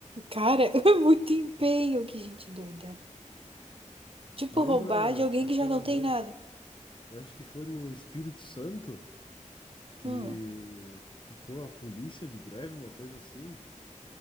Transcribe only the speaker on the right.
Cara, <laughs> é muito empenho, que gente doida. Tipo,
roubar de alguém
que já não
tem nada.
Hum,